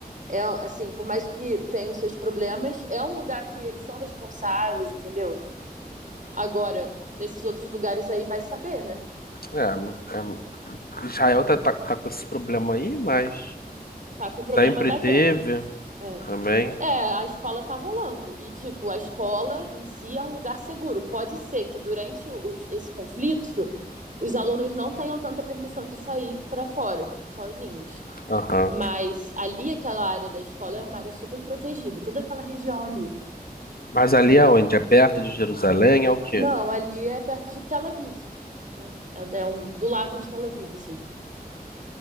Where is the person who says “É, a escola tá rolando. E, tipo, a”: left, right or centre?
Right